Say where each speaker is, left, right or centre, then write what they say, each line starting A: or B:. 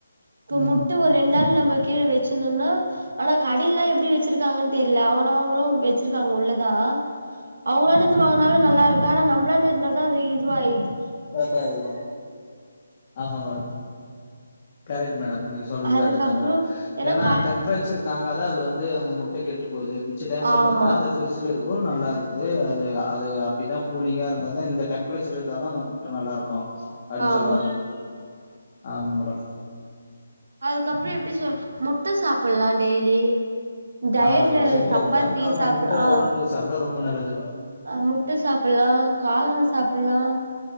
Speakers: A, on the right; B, on the left.
A: இப்ப
B: ம்
A: முட்ட ஒரு ரெண் நாள் நம்ம கீழ வெச்சுருந்தோனா ஆனா கடைலா எப்டி வெச்சிருக்காங்கன் தெர்ல ஆனா அவுங்களு வெச்சிருக்காங்க உள்ளதா அவுங்களான்ட இருந்து வாங்கனாலு நல்லாருக்கு ஆனா நம்மளான்ட இருந்ததா அது இதுவாய்ருது
B: கரெக்டா எடுக்கணு ஆமா மேடம் கரெக்ட் மேடம் நீங்க சொல்றது
A: அதுக்கப்றோ
B: கரெக்டுதா மேடம்
A: ஏன்னா
B: எனா
A: கா
B: டெம்பரேச்சர் தாங்காத அது வந்து அந்த முட்ட கெட்டு போது மிச்ச டைம்ல
A: ஆமா
B: பாத்தனா அந்த ஃபிரிஜ் ஜுல இருகவு நல்லாருக்குது அது அது அப்டிதா கூலிங்கா இருந்தா தா இந்த டெம்பரேச்சர் இருந்தாதா நம் முட்ட நல்லாருக்கு அப்டின்
A: ஆமா
B: சொல்லவரீங் ஆமா மேடம்
A: அதுக்கப்புறோ எப்டி சொல் முட்ட சாப்பல்லா டெய்லி டயட்ல
B: ஆமா மேடம் முட்டையா
A: சப்பாத்தி
B: மேடம் ஆமா
A: சாப்பல்
B: முட்டை
A: ஆ
B: உடம்புக்கு சாப்பிட்டா ரொம்ப நல்லது மேடம்
A: அ முட்ட சாப்புல்லா காளான் சாப்புல்லா